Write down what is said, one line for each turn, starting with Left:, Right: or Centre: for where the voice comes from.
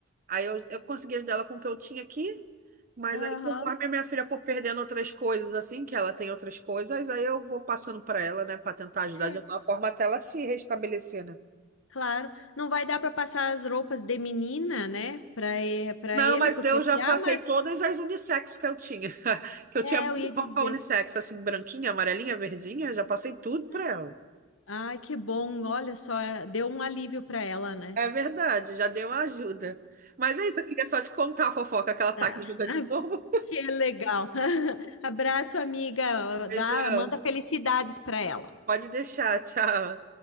Right: Aí eu, eu consegui ajudar ela com o que eu tinha aqui, mas
Left: Aham.
Right: aí conforme a minha filha for perdendo outras coisas, assim, que ela tem outras coisas, aí eu vou passando para ela, né, para tentar ajudar
Left: É,
Right: de alguma forma até ela se restabelecer, né?
Left: claro. Não vai dar pra passar as roupas de menina, né, Pra e- para
Right: Não,
Left: ele,
Right: mas
Left: porque
Right: eu
Left: é piá,
Right: já passei
Left: mas
Right: todas as unissex que eu tinha. <laughs> Que eu
Left: é,
Right: tinha muita
Left: eu ia dizer.
Right: roupa unissex, assim, branquinha, amarelinha, verdinha, já passei tudo para
Left: Aham.
Right: ela.
Left: Ai, que bom. Olha só, é, deu um alívio pra ela, né?
Right: É verdade, já deu uma ajuda. Mas é isso, eu queria só te contar a fofoca que ela tá
Left: Tá.
Right: aqui ajuda
Left: <laughs>
Right: de novo.
Left: que legal. <laughs> Abraço, amiga.
Right: <laughs> Beijão.
Left: Dá, manda felicidades pra ela.
Right: Pode deixar, tchau.